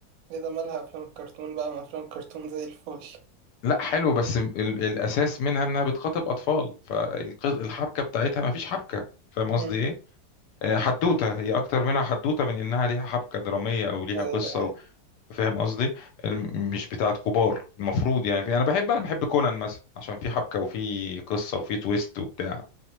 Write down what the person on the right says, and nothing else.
اذا مالها افلام الكرتون بقى ما افلام الكرتون زي الفل
امم
ايوه
ايوه